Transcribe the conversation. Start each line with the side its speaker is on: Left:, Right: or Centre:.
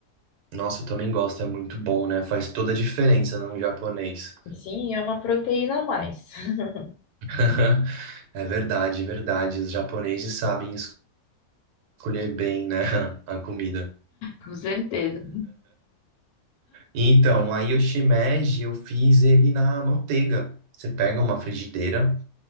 Right: Nossa, eu também gosto, é muito bom, né? Faz toda a diferença num japonês.
Left: Sim, é uma proteína a mais. <laughs>
Right: <laughs> É verdade, verdade. Os japoneses sabem escolher bem, né, <laughs> a comida.
Left: Com certeza.
Right: Então, aí o shimeji, eu fiz ele na manteiga. Você pega uma frigideira,